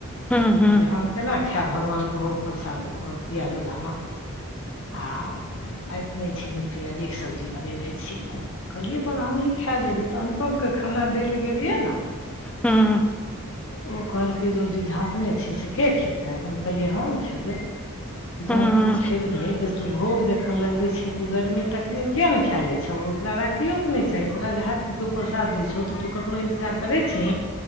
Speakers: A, in the centre; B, on the left.
A: हूँ हूँ
B: जे हम केना खायब भगवानके भोग प्रसाद आ प्याज बलामे आव ऐठ नहि छै बिन पियाजेके सब्जी बनेने छी तब कहलियै अपन हमहीँ खाए जेबै तऽ अनुपमकेँ खाना दै लए गेलियै ने
A: हँ
B: ओ कहलकै जे ओ जे झाँपने छी से के खेतै हम कहलियै हन खेबै त
A: हूँ
B: जहन तू खेबही ते तू भोग जखैन लगवे छीे तू गरमे तखने किये ने खाय ले छै छौ ओकरा राखियोकके नहि चाही तोरा हतके केओ प्रसाद द छौ तू ककरो इन्तजार कर रिची